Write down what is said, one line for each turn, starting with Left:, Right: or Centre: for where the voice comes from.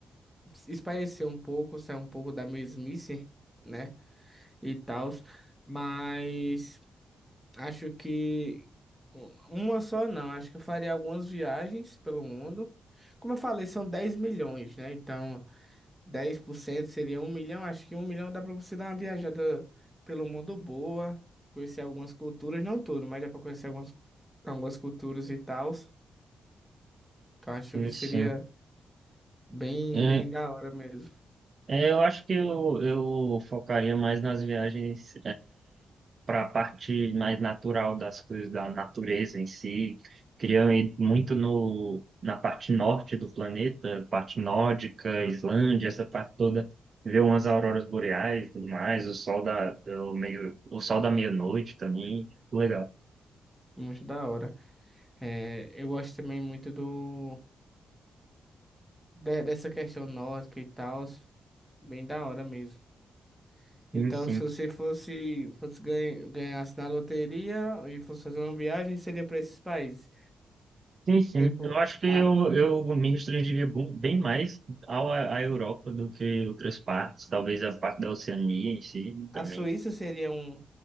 Centre: espairecer um pouco, sair um pouco da mesmice, né? E tal, mas acho que u- uma só não, acho que eu faria algumas viagens pelo mundo. Como eu falei, são 10 milhões, né? Então, 10% seria um milhão. Acho que um milhão dá para você dar uma viajada pelo mundo boa, conhecer algumas culturas, não tudo, mas dá para conhecer algumas, algumas culturas e tal. Então, acho
Right: Isso.
Centre: que seria bem,
Right: É,
Centre: bem da hora mesmo.
Right: é, eu acho que eu, eu focaria mais nas viagens para a parte mais natural das coisas, da natureza em si. Queria ir muito no, na parte norte do planeta, parte nórdica, Islândia, essa parte toda. Ver umas auroras boreais e tudo mais, o sol da, o meio, o sol da meia-noite também. Legal.
Centre: Muito da hora. É, eu gosto também muito do, de- dessa questão nórdica e tal, bem da hora mesmo.
Right: Sim,
Centre: Então,
Right: sim.
Centre: se você fosse, fosse ganha, ganhasse na loteria e fosse fazer uma viagem, seria para esses países.
Right: Sim, sim.
Centre: Tipo,
Right: Eu acho que
Centre: a,
Right: eu, eu me restringiria bu- bem mais ao, à Europa do que outras partes. Talvez a parte da Oceania em si também.
Centre: a Suíça seria um